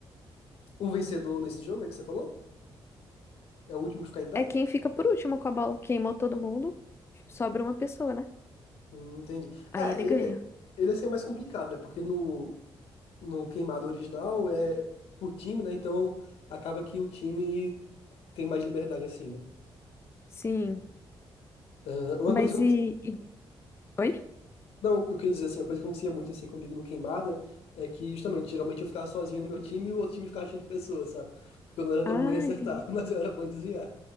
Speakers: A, on the left; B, on the left.
A: um vencedor nesse jogo aí que você falou? É o último que ficar em pé?
B: É quem fica por último com a bola. Queimou todo mundo, sobra uma pessoa, né?
A: Hum, entendi.
B: Aí
A: É,
B: ele
A: ele,
B: ganha.
A: ele assim é mais complicado, né? Porque no, no queimado original é por time, né? Então acaba que o time tem mais liberdade assim, né?
B: Sim,
A: Ah, uma
B: mas
A: coisa
B: e... e- Oi?
A: Não, eu queria dizer assim, a coisa que acontecia muito assim comigo no Queimada é que justamente, geralmente eu ficava sozinho no meu time e o outro time ficava cheio de pessoas, sabe? Porque eu não era
B: Ah,
A: tão bom em acertar,
B: entendi.
A: <laughs> mas eu era bom em desviar.